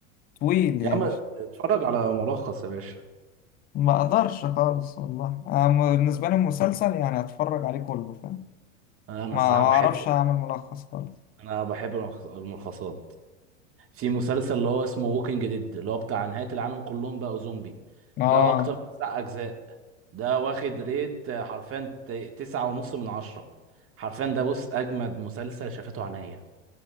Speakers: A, on the left; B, on the right.
A: طويل
B: يا
A: يعني
B: عم اتفرج على ملخص يا باشا
A: ما اقدرش خالص والله أنا م- بالنسبه لي المسلسل يعني اتفرج عليه كله فاهم
B: انا
A: ما
B: الصراحه
A: ما
B: بحب
A: اعرفش اعمل ملخص خالص
B: انا بحب الملخص- الملخصات في مسلسل اللي هو اسمه ووكينج ديد اللي هو بتاع نهايه العالم كلهم بقوا زومبي
A: اه
B: ده اكتر من تسع اجزاء ده واخد ريت آه، حرفيا ت- تسعة ونص من عشرة حرفيا ده بص اجمد مسلسل شافته عينيا